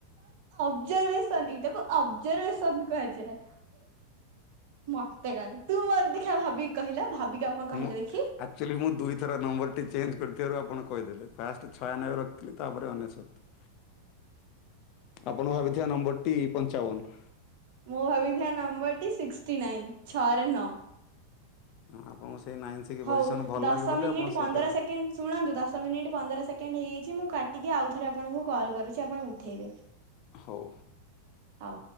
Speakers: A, on the right (about 50°); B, on the left (about 40°).
A: ଅବଜରଭସନ ଏଇଟାକୁ ଅବଜରଭସନ କୁହାଯାଏ। ମତେ କହିଲେ ତୁ ମୋର ଦେଖିବା ଭାବିକି କହିଲା ଭାବିକି ଆପଣ କହିଲେ
B: ମୁଁ
A: ଦେଖି
B: ଆକ୍ଚୁଆଲି ମୁଁ ଦୁଇଥର ନମ୍ବରଟି ଚେଞ୍ଜ୍ କରିଥିବାରୁ ଆପଣ କହିଦେଲେ ଫାଷ୍ଟ ଛୟା ନବେ ରଖିଥିଲି ତାପରେ ଅନେସତ।
A: <inaudible>
B: ଆପଣ ଭାବିଥିବା ନମ୍ବରଟି ପଞ୍ଚାବନ।
A: ମୁଁ ଭାବିଥିବା ନମ୍ବର ଟି ସିକ୍ସଟି ନାଇନ ଛଅରେ ନଅ।
B: ହଁ ଆପଣଙ୍କୁ ସେଇ ନାଇନ୍
A: ହଉ
B: ପୋଜିସନ ଭଲ
A: ଦଶ
B: ଲାଗେ ବୋଲି
A: ମିନିଟ୍
B: ଆପଣ
A: ପନ୍ଦର
B: ସେଇଟାକୁ
A: ସେକେଣ୍ଡ ଶୁଣନ୍ତୁ ଦଶ ମିନିଟ୍ ପନ୍ଦର ସେକେଣ୍ଡ ହେଇଯାଇଛି ମୁଁ କାଟିକି ଆଉଥରେ ଆପଣଙ୍କୁ କଲ୍ କରୁଛି ଆପଣ ଉଠାଇବେ। <inaudible>
B: ହଉ।
A: ହଉ।